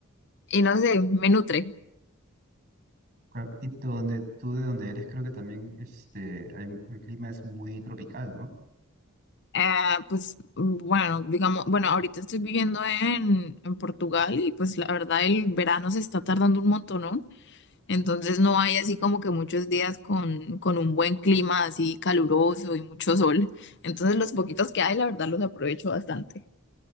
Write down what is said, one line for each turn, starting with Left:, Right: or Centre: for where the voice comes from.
Left: y no sé, me nutre.
Right: Claro, Y tú, donde, tú de donde eres, creo que también este, hay- el clima es muy tropical, ¿no?
Left: Ah, pues mm, bueno, digamos, bueno, ahorita estoy viviendo en, en Portugal y pues la verdad el verano se está tardando un montón, ¿no? Entonces no hay así como que muchos días con, con un buen clima así caluroso y mucho sol. Entonces los poquitos que hay, la verdad los aprovecho bastante.